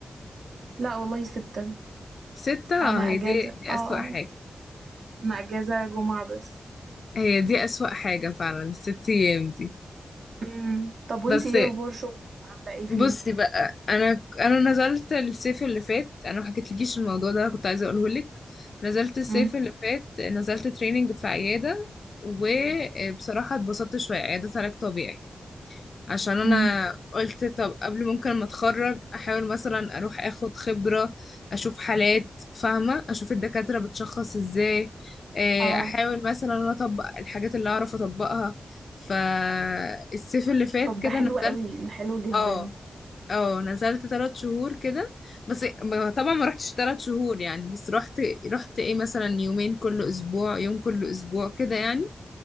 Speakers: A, on the right; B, on the left.
A: لا والله ستة
B: ستة اه
A: أنا أجازة
B: هي دي دي
A: اه
B: أسوأ
A: اه
B: حاجة
A: أنا أجازة جمعة بس
B: هي دي أسوأ حاجة فعلا الست أيام دي
A: امم طب
B: بس
A: وانتي ايه أخبار شغلك عاملة ايه فيه
B: بصي بقى أنا أنا نزلت الصيف اللي فات أنا ما حكيتلكيش الموضوع ده كنت عايزة أقوله لك نزلت الصيف
A: امم
B: اللي فات نزلت تريننج في عيادة وبصراحة اتبسطت شوية عيادة علاج طبيعي عشان انا
A: امم
B: قلت طب قبل ممكن ما اتخرج احاول مثلا اروح اخد خبرة اشوف حالات فاهمة اشوف الدكاترة بتشخص ازاي آه،
A: اه
B: احاول مثلا انا اطبق الحاجات اللي اعرف اطبقها فالصيف اللي فات
A: طب
B: كده
A: ده حلو
B: نزلت
A: قوي ده حلو جدا
B: اه اه نزلت ثلاث شهور كده بس ب- طبعا ما رحتش ثلاث شهور يعني بس رحت رحت ايه مثلا يومين كل اسبوع يوم كل اسبوع كده يعني